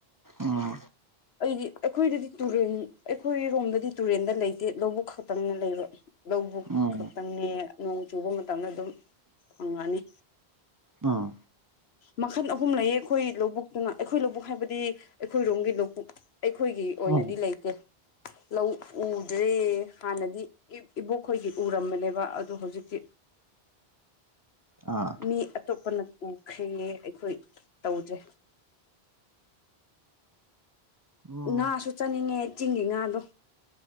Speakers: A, on the right (about 25°); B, on the left (about 75°).
A: ꯎꯝ
B: ꯑꯩꯗꯤ ꯑꯩꯈꯣꯏꯗꯗꯤ ꯇꯨꯔꯦꯟ ꯑꯩꯈꯣꯏꯔꯣꯝꯗꯗꯤ ꯇꯨꯔꯦꯟꯗ ꯂꯩꯇꯦ ꯂꯧꯕꯨꯛ ꯈꯛꯇꯪꯅꯦ ꯂꯩꯕ ꯂꯧꯕꯨꯛ
A: ꯎꯝ
B: ꯈꯛꯇꯪꯅꯦ ꯅꯣꯡ ꯆꯨꯕ ꯃꯇꯝꯗ ꯑꯗꯨꯝ ꯐꯪꯉꯅꯤ
A: ꯑꯥ
B: ꯃꯈꯜ ꯑꯍꯨꯝ ꯂꯩꯌꯦ ꯑꯩꯈꯣꯏ ꯂꯧꯕꯨꯛꯇꯅ ꯑꯩꯈꯣꯏ ꯂꯧꯕꯨꯛ ꯍꯥꯏꯕꯗꯤ ꯑꯩꯈꯣꯏꯔꯣꯝꯒꯤ ꯂꯧꯕꯨꯛ ꯑꯩꯈꯣꯏꯒꯤ ꯑꯣꯏꯅꯗꯤ
A: ꯎꯝ ꯎꯝ ꯍꯣꯏ
B: ꯂꯩꯇꯦ ꯂꯧ ꯎꯗ꯭ꯔꯦ ꯍꯥꯟꯅꯗꯤ ꯏꯕꯣꯛꯈꯣꯏꯒꯤ ꯎꯔꯝꯕꯅꯦꯕ ꯑꯗꯣ ꯍꯧꯖꯤꯛꯇꯤ
A: ꯑꯥ
B: ꯃꯤ ꯑꯇꯣꯞꯄꯅ ꯎꯈ꯭ꯔꯦ ꯑꯩꯈꯣꯏ ꯇꯧꯗꯔꯦ
A: ꯎꯝ
B: ꯉꯥꯁꯨ ꯆꯥꯅꯤꯡꯉꯦ ꯆꯤꯡꯒꯤ ꯉꯥꯗꯣ